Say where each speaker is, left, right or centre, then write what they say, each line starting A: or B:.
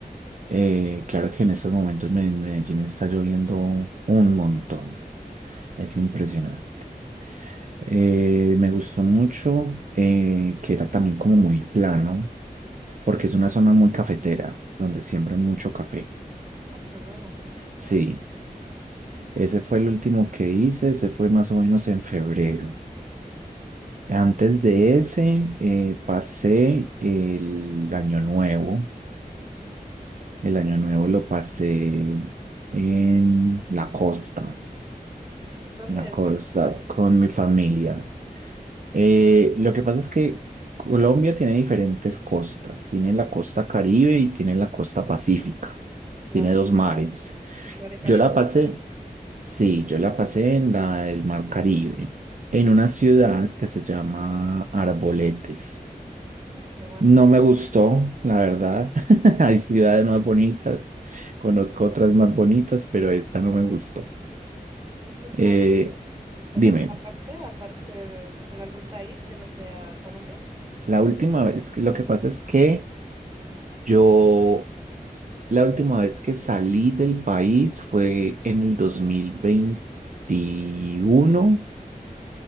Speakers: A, on the right; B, on the right.
A: Eh, claro que en estos momentos me- en Medellín está lloviendo un montón. Es impresionante. Eh, me gustó mucho eh, que era también como muy plano, porque es una zona muy cafetera, donde siembran mucho café.
B: Ah, qué bueno.
A: Sí, ese fue el último que hice, ese fue más o menos en febrero. Antes de ese, eh, pasé el año nuevo.
B: Ujú.
A: El año nuevo lo pasé en la costa.
B: ¿Dónde
A: Una
B: es
A: cosa
B: la costa? En-
A: con mi familia. Eh, lo que pasa es que Colombia tiene diferentes costas. Tiene la costa Caribe y tiene la costa Pacífica.
B: La
A: Tiene
B: de
A: dos
B: Caribe.
A: mares.
B: La de Caribe.
A: Yo la pasé, sí, yo la pasé en la del Mar Caribe,
B: Ujú.
A: en una ciudad que se llama Arboletes.
B: Ah, qué bueno.
A: No me gustó, la verdad. <laughs> Hay ciudades más bonitas, conozco otras más bonitas, pero esta no me gustó.
B: ¿Y has estado
A: Eh,
B: en
A: dime.
B: alguna parte, aparte, eh, en algún país que no sea Colombia?
A: La última vez, que- lo que pasa es que yo, la última vez que salí del país fue en el 2021.